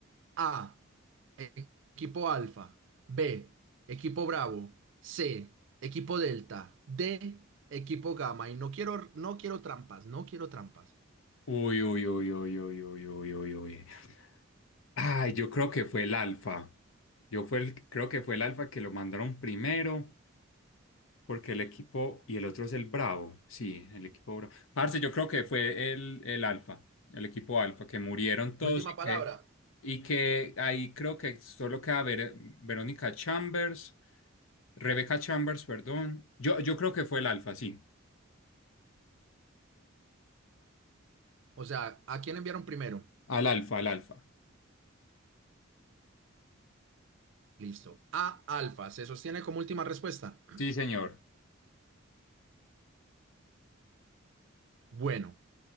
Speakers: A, on the right; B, on the left.
A: A. e- Equipo Alfa. B. Equipo Bravo. C. Equipo Delta. D. Equipo Gamma. Y no quiero, no quiero trampas, no quiero trampas.
B: Uy, uy, uy, uy, uy, uy, uy, uy, uy. Ay, yo creo que fue el Alfa. Yo fue el- creo que fue el Alfa que lo mandaron primero, porque el equipo y el otro es el Bravo. Sí, el equipo Bravo. Parce, yo creo que fue el, el Alfa, el equipo Alfa, que murieron todos
A: Última
B: y
A: palabra.
B: que, y que ahí creo que solo queda Ver- Verónica Chambers, Rebecca Chambers, perdón. Yo, yo creo que fue el Alfa, sí.
A: O sea, ¿a quién enviaron primero?
B: Al Alfa, al Alfa.
A: Listo. A alfa, ¿se sostiene como última respuesta?
B: Sí, señor.
A: Bueno,